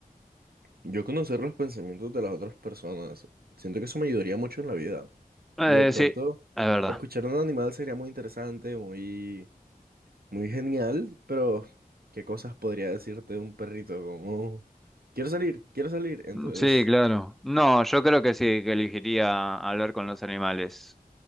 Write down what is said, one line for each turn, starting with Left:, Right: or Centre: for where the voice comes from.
Right: yo conocer los pensamientos de las otras personas, siento que eso me ayudaría mucho en la vida.
Centre: Eh,
Right: De pronto,
Centre: sí, es verdad.
Right: escuchar a un animal sería muy interesante, muy... Muy genial, pero ¿qué cosas podría decirte de un perrito? Como, quiero salir, quiero salir. Entonces,
Centre: Sí, claro. No, yo creo que sí, que elegiría hablar con los animales.